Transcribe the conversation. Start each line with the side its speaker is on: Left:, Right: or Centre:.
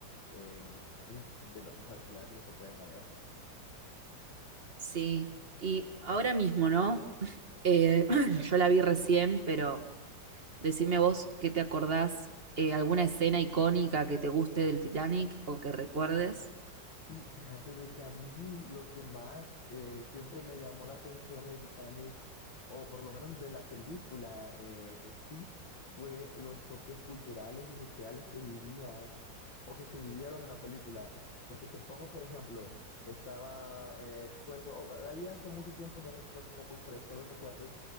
Left: eh, un, de los mejores clásicos que pueden haber.
Right: Sí, y ahora mismo, ¿no? Eh, <laughs> <clears throat> yo la vi recién, pero decime vos qué te acordás, eh, alguna escena icónica que te guste del Titanic o que recuerdes.
Left: Sí, fíjate de que a mí lo que más eh, siempre me llamó la atención del Titanic, o por lo menos de la película eh, en sí, fue los choques culturales y sociales que vivían o que se vivieron en la película. Porque te pongo, por ejemplo, estaba, eh, recuerdo, o- la vi hace mucho tiempo, no, rec- no tengo muy fresco los recuerdos,